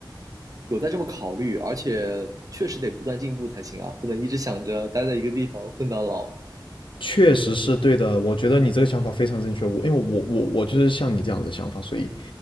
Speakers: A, on the right; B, on the left.
A: 有在这么考虑，而且确实得不断进步才行啊，不能一直想着待在一个地方混到老。
B: 确实是对的。我觉得你这个想法非常正确。
A: 嗯，
B: 我因为我我我就是像你这样子的想法，所以